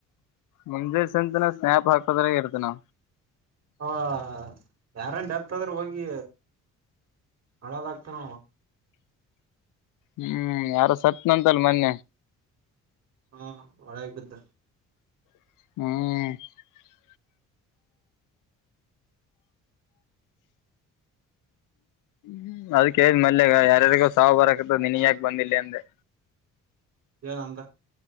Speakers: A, on the left; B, on the right.
A: ಮುಂಜೆ ಸಂತನ ಸ್ನ್ಯಪ್ ಹಾಕ್ಕದ್ರ ಇರ್ತನಾ
B: ಹಾ ಹಾ ಯಾರನ್ ಡೆತ್ ಆದ ಆದ್ರ ಹೋಗಿ ಹಳದಾಗಗ್ತೇನ
A: ಹ್ಮ್ ಯಾರ ಸತ್ನಂತಲ್ ಮೊನ್ನೆ
B: ಹಾ ಒಳಾಗ ಬ್ದ
A: ಹ್ಮ್ ಹ್ಮ ಅದ್ ಕೇಳ್ ಮಲ್ಯಗ ಯಾರಾರ್ಗೂ ಸಾವ್ ಬರಕತದ ನೀನ್ ಯಾಕೆ ಬಂದಿಲ್ಲ ಅಂದೆ
B: <inaudible> ಏನಂದ